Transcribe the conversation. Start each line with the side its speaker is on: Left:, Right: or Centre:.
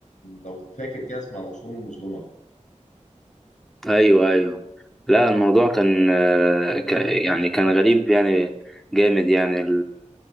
Left: لو فاكر كده اسمها العصور المظلمة
Centre: ايوه ايوه لا الموضوع كان آه، ك- يعني كان غريب يعني جامد يعني